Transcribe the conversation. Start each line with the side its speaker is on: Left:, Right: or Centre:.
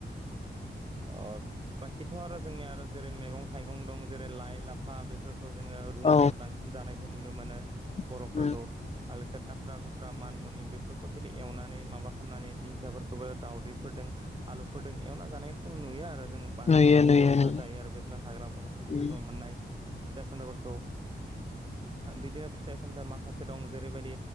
Right: अ बाखिथ' आरो जोंनिया आरो जेरै मैगं थाइगं दं जेरै लाइ लाफा बे फोरखौ जोङो रुनानै
Left: औ
Right: बांसिन जानायखौ नुनो मोनो बर'फोरखौ।
Left: उम
Right: लोगोसे काट्रा कुट्रा मानमुनि बेफोरखौ बिदि एवनानै माबा खालामनानै दिंखियाफोरखौबो दावउदैफोरदों आलुफोरदों एवना जानाय जों नुयो आरो जोङो बांसिन
Left: नुयो
Right: जोंनि
Left: नुयो
Right: बर'फ्रा
Left: नुयो
Right: जायो आरो। बेफोर हाग्रा बंग्रानिफ्राय खनथुमना
Left: उम
Right: मोननाय फिसा <unintelligible> फोरखौ बिदिनो फिथाइ सामथाइ माखासे दं जेरैबायदि